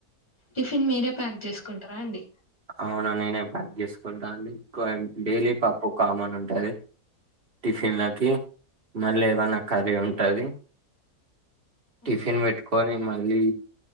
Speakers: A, on the left (about 20°); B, on the right (about 40°).
A: టిఫిన్ మీరే ప్యాక్ జేసుకుంటరా అండి
B: అవును నేనే <unintelligible> చేసుకుంటా అండి డైలీ పప్పు కామన్ ఉంటుది టిఫిన్లకి మళ్ళీ ఏమన్నా కర్రీ ఉంటాది. టిఫిన్
A: ఓకే
B: పెట్టుకుని మా లి